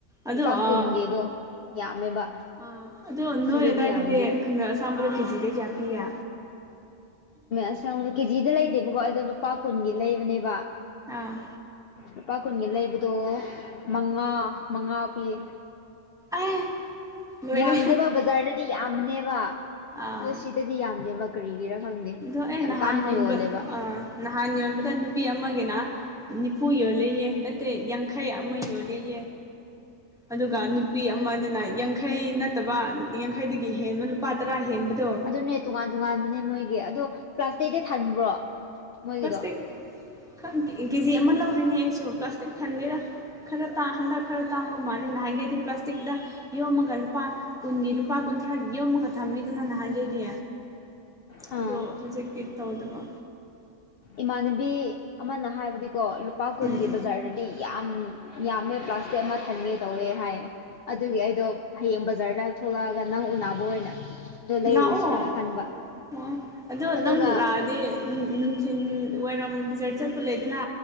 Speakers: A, in the centre; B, on the left.
A: ꯑꯗꯣ
B: ꯂꯨꯄꯥ ꯀꯨꯟꯒꯤꯗꯣ
A: ꯑꯥ
B: ꯌꯥꯝꯃꯦꯕ
A: ꯑꯥ ꯑꯗꯣ
B: ꯑꯁꯤꯗꯗꯤ
A: ꯅꯣꯏ ꯑꯗꯥꯋꯥꯏꯗꯗꯤ
B: ꯌꯥꯝꯗꯦ
A: ꯈꯝꯗ ꯑꯁꯥꯝꯕꯗꯣ ꯀꯦꯖꯤꯗꯩ ꯀꯌꯥ ꯄꯤꯒꯦ
B: ꯑꯁꯗ ꯀꯦꯖꯤꯗ ꯂꯩꯇꯦꯕꯀꯣ ꯑꯩꯗ ꯂꯨꯄꯥ ꯀꯨꯟꯒꯤ ꯂꯩꯕꯅꯦꯕ
A: ꯑꯥ
B: ꯂꯨꯄꯥ ꯀꯨꯟꯒꯤ ꯂꯩꯕꯗꯣ ꯃꯉꯥ ꯃꯉꯥ ꯄꯤꯌꯦ
A: ꯑꯦ ꯂꯣꯏꯔꯦ
B: ꯌꯥꯝꯗꯦꯕ ꯕꯖꯥ꯭ꯔꯗꯗꯤ ꯌꯥꯝꯕꯅ‌ꯦꯕ
A: ꯑꯥ
B: ꯑꯗꯨꯁꯤꯗ ꯗꯤ ꯌꯥꯝꯗꯦ ꯀꯔꯤꯒꯤꯔ ꯈꯪꯗꯦ
A: ꯑꯗꯣ ꯑꯩ
B: ꯌꯥꯝ
A: ꯅꯍꯥꯟ
B: ꯇꯥꯡꯅ
A: ꯍꯪꯕ
B: ꯌꯣꯜꯂꯦꯕ
A: ꯅꯍꯥꯟ ꯌꯣꯟꯕꯗ ꯅꯨꯄꯤ ꯑꯃꯒꯤꯅ ꯅꯤꯐꯨ ꯌꯣꯜꯂꯦꯌꯦ ꯅꯠꯇꯦ ꯌꯥꯡꯈꯩ ꯑꯃ ꯌꯣꯜꯂꯦꯌꯦ ꯑꯗꯨꯒ ꯅꯨꯄꯤ ꯑꯃꯅꯅ ꯌꯥꯡꯈꯩ ꯅꯠꯇꯕ ꯌꯥꯡꯈꯩꯗꯒꯤ ꯍꯦꯟꯕ ꯂꯨꯄꯥ ꯇꯔꯥ ꯍꯦꯟꯕꯗꯣ
B: ꯑꯗꯨꯅꯦ ꯇꯣꯉꯥꯟ ꯇꯣꯉꯥꯟꯕꯅꯦ ꯃꯣꯏꯒꯤ ꯑꯗꯣ ꯄ꯭ꯂꯥꯁꯇꯤꯗꯤ ꯊꯟꯕ꯭ꯔꯣ ꯃꯣꯏꯒꯤꯗꯣ
A: ꯄ꯭ꯂꯥꯁꯇꯤꯛ ꯈ ꯀꯦꯖꯤ ꯑꯃ ꯂꯧꯔꯤꯅꯦ ꯑꯩꯁꯨ ꯄ꯭ꯂꯥꯁꯇꯤꯛ ꯊꯟꯗꯦꯔꯥ ꯈꯔ ꯇꯥꯡꯗ ꯈꯔ ꯇꯥꯡꯉꯒ ꯃꯥꯜꯂꯦ ꯅ ꯍꯪꯦꯗꯤ ꯄ꯭ꯂꯥꯁꯇꯤꯛꯗ ꯌꯣꯃꯒ ꯂꯨꯄꯥ ꯀꯨꯟꯒꯤ ꯂꯨꯄꯥ ꯀꯨꯟꯊ꯭ꯔꯥ ꯌꯣꯝꯃꯒ ꯊꯝꯕꯤꯗꯅ ꯅꯍꯥꯟꯒꯦꯗꯤ
B: ꯑꯥ
A: ꯑꯗꯣ ꯍꯧꯖꯤꯛꯇꯤ ꯇꯧꯗꯕ
B: ꯏꯃꯥꯟꯅꯕꯤ ꯑꯃꯅ ꯍꯥꯏꯕꯗꯤꯀꯣ ꯂꯨꯄꯥ ꯀꯨꯟꯒꯤ
A: ꯎꯝ
B: ꯕꯖꯥꯔꯗꯗꯤ ꯌꯥꯝ ꯌꯥꯝꯃꯦ ꯄ꯭ꯂꯥꯁꯇꯤꯛ ꯑꯃ ꯊꯟꯒꯦ ꯇꯧꯋꯦ ꯍꯥꯏ ꯑꯗꯨꯒꯤ ꯑꯩꯗꯣ ꯍꯌꯦꯡ ꯕꯖꯥ꯭ꯔꯗ ꯊꯣꯛꯂꯛꯑꯒ ꯅꯪ ꯎꯅꯕ ꯑꯣꯏꯅ ꯑꯗ‌ꯣ ꯂꯩꯔꯨꯔꯁꯤꯔꯥ
A: ꯂꯥꯛꯑꯣ
B: ꯈꯟꯕ
A: ꯑꯣ ꯑꯗꯣ
B: ꯑꯗꯨꯒ
A: ꯅꯪ ꯂꯥꯛꯑꯗꯤ ꯅꯨꯡꯊꯤꯜ ꯋꯥꯏꯔꯝ ꯕꯖꯥꯔ ꯆꯠꯄ ꯂꯩꯗꯅ